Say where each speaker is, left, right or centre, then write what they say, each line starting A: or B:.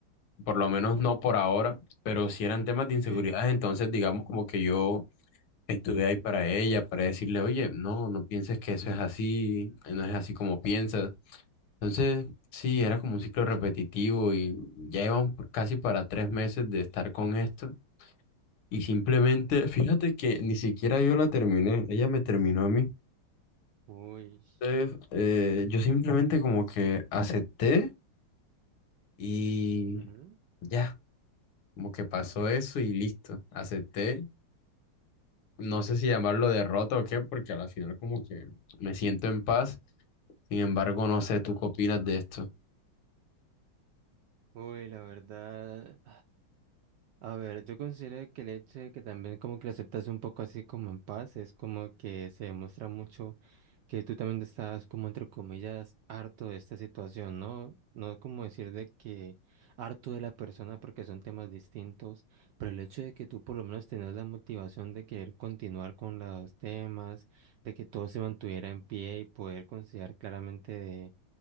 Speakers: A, on the left; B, on the right.
A: por lo menos no por ahora, pero si eran temas
B: ok.
A: de inseguridad, entonces digamos como que yo... Estuve ahí para ella, para decirle, oye, no, no pienses que eso es así, no es así como piensas. Entonces, sí, era como un ciclo repetitivo y ya íbamos por- casi para tres meses de estar con esto. Y simplemente, <laughs> fíjate que ni siquiera yo la terminé, ella me terminó a mí.
B: Uy,
A: Entonces, eh, yo simplemente como que acepté y
B: ujú.
A: ya, como que pasó eso y listo, acepté. No sé si llamarlo derrota o qué, porque a la final como que me siento en paz. Sin embargo, no sé, ¿tú qué opinas de esto?
B: Uy, la verdad. A ver, yo considero que el hecho de que también como que lo aceptas un poco así como en paz, es como que se demuestra mucho que tú también estás como entre comillas harto de esta situación, ¿no? No es como decir de que harto de la persona porque son temas distintos, pero el hecho de que tú por lo menos tenías la motivación de querer continuar con los temas, de que todo se mantuviera en pie y poder considerar claramente de,